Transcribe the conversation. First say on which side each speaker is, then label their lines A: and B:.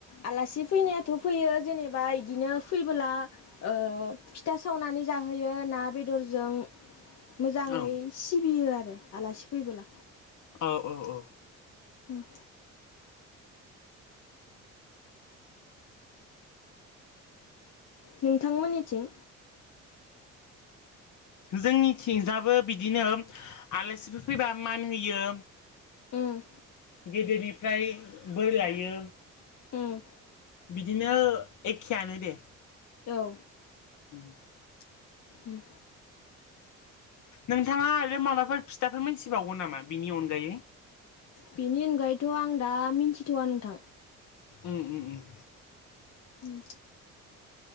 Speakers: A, on the left; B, on the left.
A: आलासि फैनायाथ' फैयो जेनेबा इदिनो फैबोला ओ फिथा सावनानै नानै जाहोयो ना बेदरजों मोजाङै
B: औ
A: सिबियो आरो आलासि फैबोला
B: औ औ औ
A: उम नोंथांमोननिथिं
B: जोंनिथिंजाबो बिदिनो आलासिफोर फैबा मान होयो
A: उम
B: गेदेरनिफ्राय बोर लायो
A: उम
B: बिदिनो एखेयानो दे
A: औ
B: <inaudible>
A: उम
B: नोंथाङा आरो माबाफोर फिथाफोर मोनथिबावो नामा बिनि अनगायै
A: बेनि अनगायैथ' आं दा मिथिथ'वा नोंथां
B: उम उम उम
A: उम